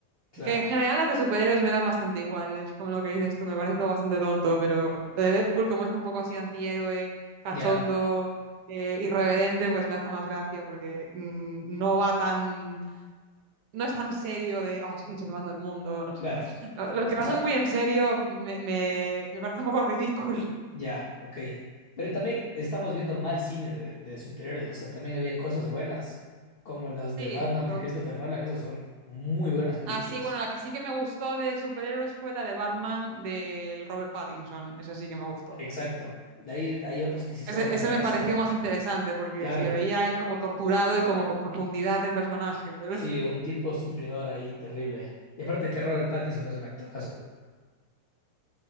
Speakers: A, on the left; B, on the right.
A: claro,
B: Que en general las de superhéroes me dan bastante igual, es como lo que dices tú, me parece todo bastante tonto, pero lo de Deadpool como es un poco así antihéroe, cachondo,
A: ya,
B: eh, irreverente, pues me hace más gracia porque mm, no va tan, no es tan serio de, oh, estoy salvando el mundo, no
A: claro.
B: sé. Lo- Los que van
A: O sea,
B: muy en serio me, me, me parece un poco ridículo.
A: Ya, ok. Pero también estamos viendo mal cine de, de superiores, o sea, también había cosas buenas, como las
B: Sí.
A: de Batman de
B: co-
A: Christopher Nolan, esas son muy buenas películas.
B: Ah, sí, bueno, la que sí que me gustó de superhéroes fue la de Batman del Robert Pattinson, esa sí que me gustó.
A: Exacto. De ahí hay otras que sí son
B: Ese,
A: una
B: ese
A: payasada.
B: me pareció más interesante porque
A: Claro,
B: se le veía a él como torturado y como con profundidad de personaje. Pero
A: sí,
B: <laughs>
A: un tipo sufridor ahí, terrible. Y aparte que Robert Pattinson es un actorazo.